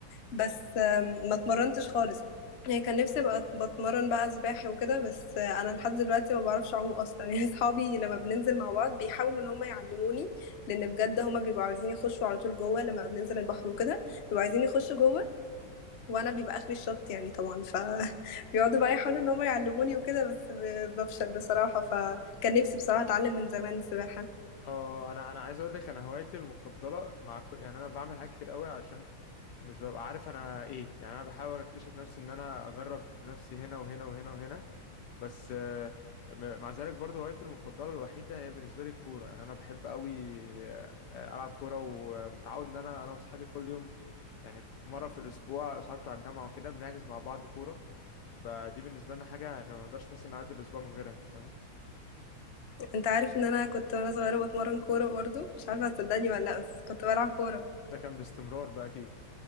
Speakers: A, on the left; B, on the left.
A: بس آم، ما اتمرنتش خالص يعني كان نفسي ابقى بتمرن بقى سباحه وكده بس آه، انا لحد دلوقتي ما بعرفش اعوم اصلا <laughs> يعني اصحابي لما بننزل مع بعض بيحاولوا ان هم يعلموني لان بجد هم بيبقوا عايزين يخشوا على طول جوه لما بننزل البحر وكده بيبقوا عايزين يخشوا جوه وانا بيبقى اخري الشط يعني طبعا ف بيقعدوا <laughs> بقى يحاولوا ان هم يعلموني وكده بس ب- بفشل بصراحة فكان نفسي بصراحة اتعلم من زمان سباحة
B: اه انا انا عايز اقول لك انا هوايتي المفضله مع كل... يعني انا بعمل حاجات كتير قوي عشان مش ببقى عارف انا ايه يعني انا بحاول اكتشف نفسي ان انا اجرب نفسي هنا وهنا وهنا وهنا بس آه، م- مع ذلك برضه هوايتي المفضله الوحيده هي بالنسبه لي الكوره يعني انا بحب قوي آه، العب كوره ومتعود ان انا انا واصحابي كل يوم يعني مره في الاسبوع اصحابي بتوع الجامعه وكده بنحجز مع بعض كوره فدي بالنسبه لنا حاجه يعني ما نقدرش مثلا نعدي الاسبوع من غيرها انت فاهم
A: انت عارف ان انا كنت وانا صغيرة بتمرن كورة برضو مش عارفة هتصدقني ولا لا بس كنت بلعب كورة
B: ده كان باستمرار بقى اكيد